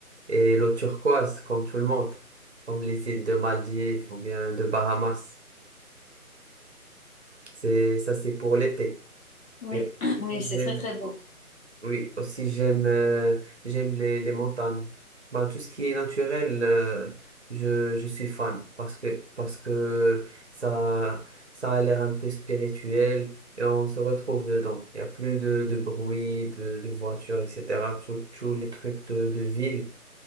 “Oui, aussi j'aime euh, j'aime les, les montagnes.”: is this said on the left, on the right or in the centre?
Right